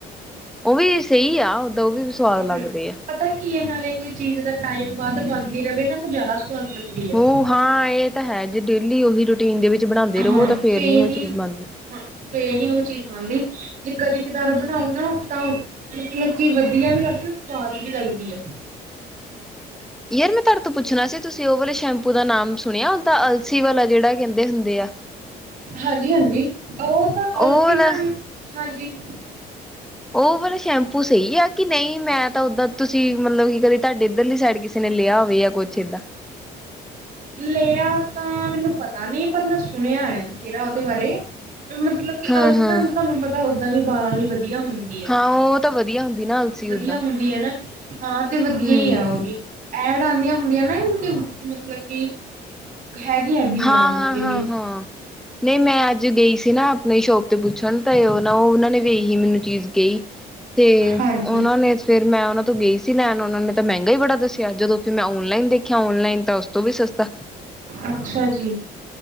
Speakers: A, in the centre; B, on the right (about 50°).
A: ਉਹ ਵੀ ਸਹੀ ਆ ਓਦਾਂ ਉਹ ਵੀ ਸਵਾਦ ਲੱਗਦੇ
B: ਹੂੰ
A: ਆ
B: ਪਤਾ ਕੀ ਇਹ ਨਾਲੇ ਕੋਈ ਚੀਜ਼ ਦਾ ਟਾਈਮ ਵੱਧ ਬਣਦੀ ਰਵੇ ਨਾ ਤਾਂ ਜ਼ਿਆਦਾ ਸਵਾਦ ਲੱ <unintelligible>
A: ਉਹ ਹਾਂ ਇਹ ਤਾਂ ਹੈ ਜੇ ਡੇਲੀ ਉਹੀ ਰੂਟੀਨ ਦੇ ਵਿੱਚ ਬਣਾਉਂਦੇ ਰਵੋ
B: ਹਾਂ
A: ਤਾਂ ਫੇਰ
B: ਫੇ
A: ਨੀ ਉਹ ਚੀਜ਼ ਬਣਦੀ।
B: ਹਾਂ ਫੇ ਨ ਉਹ ਚੀਜ਼ ਬਣਦੀ। ਜੇ ਕਦੀ ਕਦਾਰ ਬਣਾਓ ਨਾ ਤਾਂ ਮਤਲਬ ਕੀ ਵਧੀਆ ਵੀ ਲੱਗਦਾ ਸਵਾਦ ਵੀ ਲੱਗਦੀ ਏ,
A: ਯਾਰ ਮੈਂ ਤੁਹਾਡੇ ਤੋਂ ਪੁੱਛਣਾ ਸੀ ਤੁਸੀਂ ਉਹ ਵਾਲੇ ਸ਼ੈਂਪੂ ਦਾ ਨਾਮ ਸੁਣਿਆ ਉਹਦਾ ਅਲਸੀ ਵਾਲਾ ਜਿਹੜਾ ਕਹਿੰਦੇ ਹੁੰਦੇ ਆ।
B: ਹਾਂਜੀ, ਹਾਂਜੀ ਉਹ ਤਾਂ
A: ਉਹ
B: ਅਲਸੀ
A: ਵਾਲਾ
B: ਦਾ ਹਾਂਜੀ।
A: ਉਹ ਵਾਲਾ ਸ਼ੈਂਪੂ ਸਹੀ ਆ ਕਿ ਨਹੀਂ ਮੈਂ ਤਾਂ ਓਦਰ ਤੁਸੀਂ ਮਤਲਬ ਕੀ ਕਦੇ ਤੁਹਾਡੇ ਇੱਧਰਲੀ ਸਾਈਡ ਕਿਸੇ ਨੇ ਲਿਆ ਹੋਵੇ ਆ ਕੁਛ ਏਦਾਂ
B: ਲਿਆ ਤਾਂ ਮੈਨੂੰ ਪਤਾ ਨੀ ਪਰ ਮੈਂ ਸੁਣਿਆ ਆ ਬਥੇਰਾ ਉਹਦੇ ਬਾਰੇ ਵੀ ਮਤਲਬ
A: ਹਾਂ
B: ਅਲਸੀ
A: ਹਾਂ
B: ਤਾਂਹ ਤੁਹਾਨੂੰ ਪਤਾ ਓਦਾਂ ਵੀ ਬਾਲਾਂ ਲਈ ਵਧੀਆ ਹੁੰਦੀ।
A: ਹਾਂ ਉਹ ਤਾਂ
B: <unintelligible>
A: ਵਧੀਆ ਹੁੰਦੀ ਨਾ ਅਲਸੀ
B: ਵਧੀਆ
A: ਓਦਾਂ
B: ਹੁੰਦੀ ਹੈ ਨਾ ਹਾਂ ਤੇ ਵਧੀਆ
A: ਹਮ
B: ਹੀ ਹੈ ਉਹ ਵੀ ਐਡ ਆਉਂਦੀਆਂ ਹੁੰਦੀਆਂ ਨਾ ਮਤਲਬ ਕਿ ਹੈਗੀ ਆ ਡਿਮਾਂਡ
A: ਹਾਂ ਹਾਂ
B: ਉਹਦੀ
A: ਹਾਂ
B: ਵੀ
A: ਹਾਂ ਨਹੀਂ ਮੈਂ ਅੱਜ ਗਈ ਸੀ ਨਾ ਆਪਣੀ ਸ਼ੋਪ ਤੇ ਪੁੱਛਣ ਤੇ ਉਹ ਨਾ ਉਹ ਉਹਨਾਂ ਨੇ ਇਹੀ ਮੈਨੂੰ ਚੀਜ਼ ਕਹੀ ਤੇ
B: ਹਾਂਜੀ
A: ਉਹਨਾਂ ਨੇ ਫੇਿਰ ਮੈਂ ਉਹਨਾਂ ਤੋਂ ਗਈ ਸੀ ਲੈਣ ਉਹਨਾਂ ਨੇ ਤਾਂ ਮਹਿੰਗਾ ਹੀ ਬੜਾ ਦੱਸਿਆ ਜਦੋਂ ਫਿਰ ਮੈਂ ਔਨਲਾਈਨ ਦੇਖਿਆ ਔਨਲਾਈਨ ਤਾਂ ਉਸ ਤੋਂ ਵੀ ਸਸਤਾ।
B: ਅੱਛਾ ਜੀ।